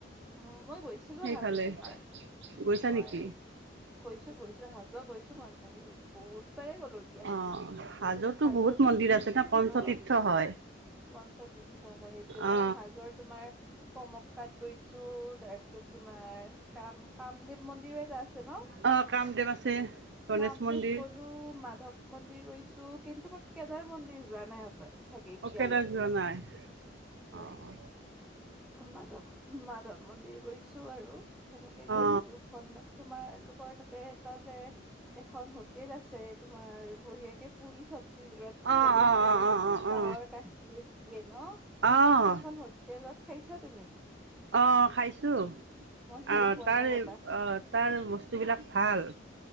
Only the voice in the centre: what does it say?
অ' মই গৈছিলোঁ
হাজো তোমাৰ।
মই
কৈছোঁ গৈছোঁ হাজো গৈছোঁ মই বহু। বহুত বাৰে গ'লো দিয়া
হাজোত
অ
পঞ্চতীৰ্থ হয় সেইটোয়ে।
মই হাজৰ তোমাৰ পম কাত গৈছোঁ, তাৰ পিছত তোমাৰ কাম-কামদেৱ মন্দিৰ এটা আ ছে ন'!
কামদেৱ
গ'লো, মাধৱ মন্দিৰ গৈছোঁ, কিন্তু মই কেদাৰ মন্দিৰ যোৱা নাই হপায় চাগে? এতিয়ালে
নাই
মাধৱ মাধৱ মন্দিৰ গৈছোঁ আৰু সেনেকে গ'লো
দুখন মান। তোমাৰ লোকৰ তাতে এটা যে এখন হোট টেল আছে তোমাৰ বঢ়িয়াকে পুৰি চবজি ৰাতিপুৱা
দেই
যে। কাহৰ
কাঁহীৰ দিয়ে ন',
সেইখন হোটেলত খাইছা তুমি?
মই খাই
পোৱা
নাই ৰবা